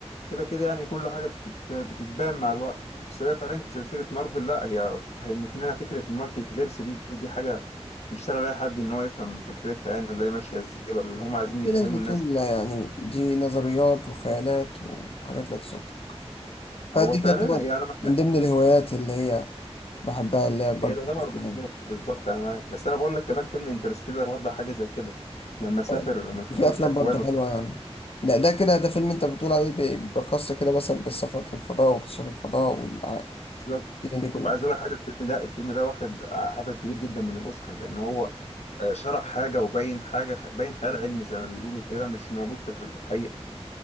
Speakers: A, on the left; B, on the left.
A: كده كده يعني كل حاجة بتت... بتتبان مع الوقت بس هي فعلا سلسلة مارفل لا هي فهمت لنا فكرة المالتي فيرس دي ودي حاجة مش سهل لأي حد إن هو يفهم فكرتها يعني ولا هي ماشية إزاي ولا اللي هم عايزين
B: في
A: يفهموا
B: ناس بتقول
A: الناس
B: لا يعني دي نظريات وخيالات وحاجات لا تصدق فدي
A: هو فعلا
B: كانت طبعاً
A: يعني انا
B: من ضمن الهوايات اللي هي بحبها اللي هي برضه
A: هي تعتبر
B: الأفلام.
A: بالظبط بالظبط انا معاك بس انا بقول لك كمان فيلم انترستيلر وضح حاجه زي كده لما سافر
B: آه،
A: من خلال
B: في افلام
A: الاكوان
B: برضه حلوه
A: وال-
B: يعني ده ده كده ده فيلم انت بتقول عليه بي- بيقص كده مثلا بالسفر في الفضاء واكتشاف الفضاء والدنيا
A: بالظبط
B: دي كلها
A: وعايز اقول لك حاجه الفيلم ده الفيلم ده واخد عدد كبير جدا من الاوسكار لان هو آه، شرح حاجه وبين حاجه خ- باين خيال علمي زي ما بيقولوا كده مش موجود في الح- الحقيقه